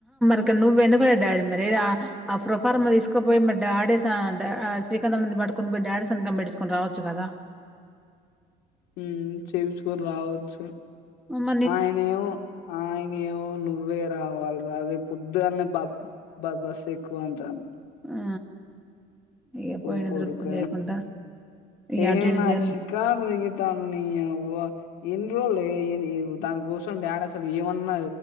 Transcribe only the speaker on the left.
మ్మ్ చేపిచుకొని రావచ్చు
ఆయినేవో ఆయినేవో నువ్వే రావాలిరా రాది పొద్దుగాన్నే బ బ బసెక్కు అంటాను
ఓ కొడుక
ఏహే
నాక్
క్షికా తాండు నీయవ్వ ఎన్న్ రోల్లే ఏమి దాని కోసం డాడ్ అసలు ఏమన్న